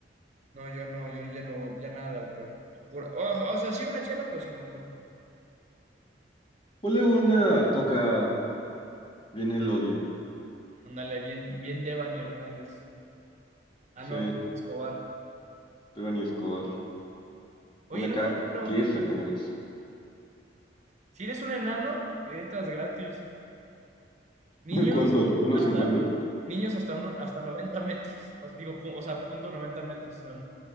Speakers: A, on the right (about 40°); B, on the left (about 30°).
A: no, yo no, yo ya no, ya nada de alcohol. Pura- o, o sea, sí una chela, pero sin alcohol.
B: Ponle una coca bien Elodia.
A: Ándale, bien, bien Devani Hernández. Ah,
B: Sí,
A: no, Escobar.
B: Devani Escobar.
A: Oye,
B: Una
A: no
B: K,
A: está claro.
B: tiesa con ganas.
A: Si eres un enano, entras gratis. Niños,
B: <laughs> ¿Cuánto? ¿Unos
A: hasta,
B: 50?
A: niños hasta uno, hasta 90 metros. Os digo, pu- o sea, punto 90 metros. o sea,